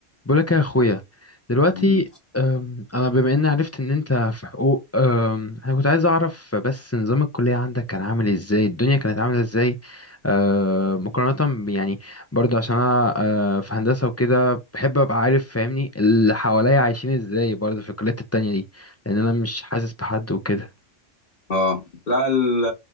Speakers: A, on the left; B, on the left.
A: بقولك يا اخويا دلوقتي
B: مم.
A: أم، انا بما اني عرفت ان انت في حقوق أم، انا كنت عايز اعرف بس نظام الكلية عندك كان عامل ازاي الدنيا كانت عاملة ازاي أه، مقارنة ب- يعني برضو عشان انا أه، في هندسة وكده بحب ابقى عارف فاهمني اللي حواليا عايشين ازاي برضو في الكليات التانية دي لان انا مش حاسس بحد وكده
B: اه لا ال-